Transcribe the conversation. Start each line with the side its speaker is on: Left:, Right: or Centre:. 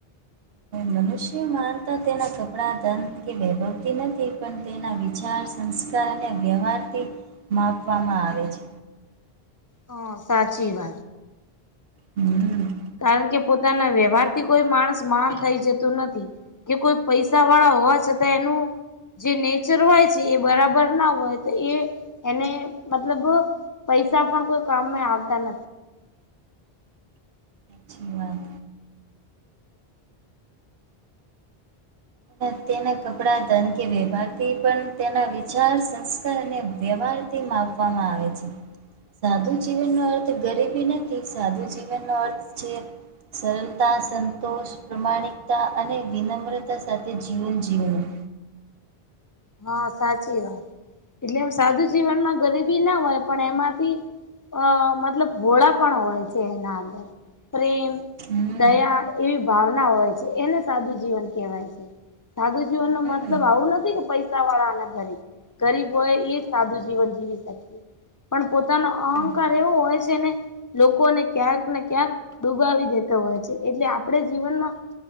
Right: મનુષ્ય મહાન તો તેના કપડા, ધન કે વૈભવથી નથી પણ તેના વિચાર સંસ્કાર અને વ્યવહારથી માપવામાં આવે છે.
Left: હ સાચી વાત
Right: હમ.
Left: કારણ કે પોતાના વ્યવહારથી કોઈ માણસ મહાન થઈ જતો નથી. કે કોઈ પૈસા વાળા હોવા છતાં એનું જે નેચર હોય છે, એ બરાબર ના હોય તો એ એને મતલબ પૈસા પણ કોઈ કામે આવતા ન
Right: જીવન. અને તેના કપડાં, ધન કે વ્યવહારથી પણ તેના વિચાર, સંસ્કાર અને વ્યવહાર થી માપવામાં આવે છે. સાદું જીવનનો અર્થ ગરીબી નથી સાદું જીવનનો અર્થ છે. સરલતા, સંતોષ, પ્રમાણિકતા અને વિનમ્રતા સા થે જીવન જીવવુ
Left: હ સાચી વાત એટલે એમ સાદુ જીવનમાં ગરીબી ના હોય પણ એમાંથી અ મતલબ ભોળા પણ હોય છે, એના અંદર પ્રેમ,
Right: હમ્મ,
Left: દયા એવી ભાવના હોય છે, એને સાદું જીવન કહેવાય છે. સાધુ જીવનનો
Right: હમ્મ,
Left: મતલબ આવું નથી કે પૈ સા વાળાના ધરે ગરીબ હોય એ સાદું જીવન જીવી શકે પણ પોતાનો
Right: હમ્મ.
Left: અહંકાર એવો હોય છે, ને લોકોને ક્યાંક ને ક્યાંક ડુબાવી દેતો હોય છે, એટલે આપણે જીવનમાં